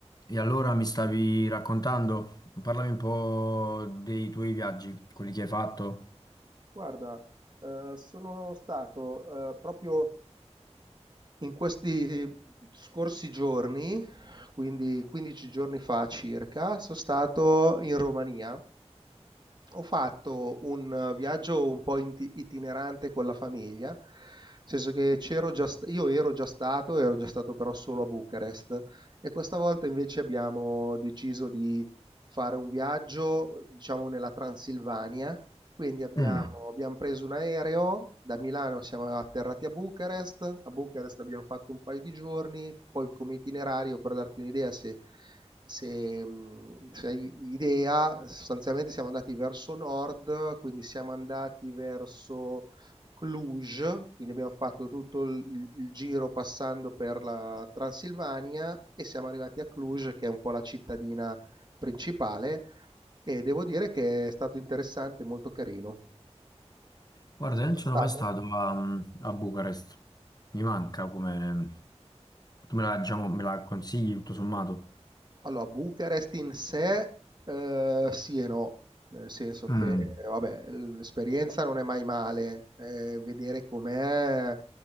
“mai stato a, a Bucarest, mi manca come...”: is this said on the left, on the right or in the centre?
Left